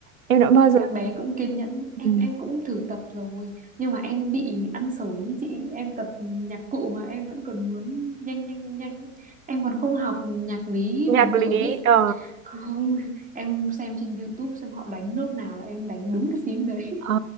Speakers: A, on the right; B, on the right.
A: Em đã bao giờ
B: các bé cũng kiên nhẫn em
A: Ừ.
B: em cũng thử tập rồi nhưng mà em bị ăn xổi ý chị em tập nhạc cụ mà em vẫn còn muốn nhanh nhanh nhanh nhanh ấy. em còn không học nhạc lý
A: nhạc
B: bình
A: lý
B: thường ấy
A: ờ,
B: không em xem trên YouTube xem họ đánh nốt nào là em đánh đúng cái phím đấy
A: À,